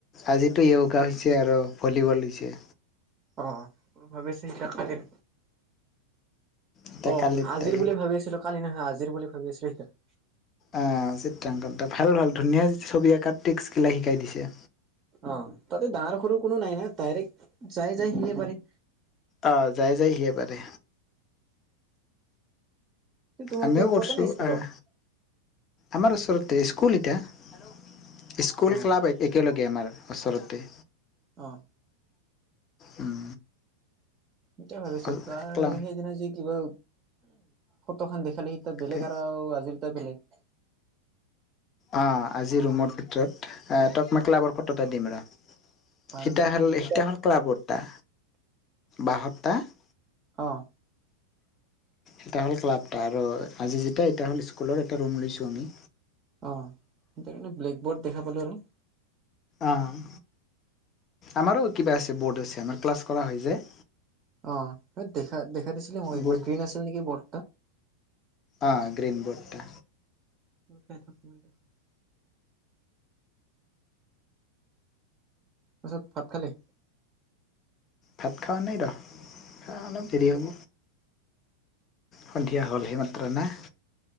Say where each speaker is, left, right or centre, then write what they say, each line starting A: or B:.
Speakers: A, on the left (about 30°); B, on the right (about 30°).
A: আজিতো য়োগা হৈছে আৰু ভলীবল হৈছে।
B: অ' ভাবে চে এটকলিৰ
A: এতিয়া
B: অ'
A: কালিত
B: আজিৰ
A: তাই
B: বুলি ভাবি আছিলো কালি নহয়, আজিৰ বুলি ভাবি আছিলো সেইটো।
A: অ' চিত্ৰাংকন, ভাল ভাল, ধুনীয়া ছবি আঁকাত ট্ৰিক্সবিলাক শিকাই দিছে।
B: অ' তাতে ডাঙৰ সৰু কোনো নাই না, ডাইৰেক্ট যাই যাই সিয়ে পাৰে।
A: অ' যাই যায় হিয়ে পাৰে।
B: তোমাৰ
A: আমিও
B: কেম্পতে
A: কৰিছো
B: ন স্কুলত?
A: আহ আমাৰ ওচৰতে, স্কুল এতিয়া স্কুল
B: অ
A: ক্লাব একেলগে আমাৰ ওচৰতে
B: অঁ
A: উম
B: সটয় ভাবিছোঁ
A: একলা
B: তাৰ সেইদিনা যি কিবা ফটো খান দেখালে স
A: অকে
B: বেলেগ আৰু আ আজি এটা বেলেগ।
A: অঁ, আজি ৰুমৰ ভিতৰত তাক মই ক্লাবৰ ফটো এটা দিম ৰ।
B: বাৰ
A: সীত
B: মিনিট
A: হল
B: লাগিব পাৰে।
A: সীত হল ক্লাবটা বহতটা <unintelligible> <inaudible>
B: অঁ
A: এটা হল ক্লাবটা আৰু আজি যে এ <unintelligible> হ স্কুলৰ এটা ৰুম লৈছো আমি
B: অ' সেইাকাৰণে ব্লেক বৰ্ড দেখা পালো আৰু।
A: অ' আমাৰো কিবা আছে ব'ৰ্ড আছে আমাৰ ক্লাছ কৰা হৈ যায়।
B: অ', দেখা দেখাই দিছিলি মই একবাৰ
A: বৰ্ড
B: গ্ৰীণ আছিল নেকি বট
A: অ
B: <unintelligible>
A: গ্ৰীণ বৰ্ডটা
B: থ খাই থাক ম এ <unintelligible> তাৰ পিছত ভাত খালি?
A: ভাত খোৱা নাই ৰ খোৱা অলপ দেৰি হ'ব। সন্ধিয়া হ'লহি মাত্ৰ না?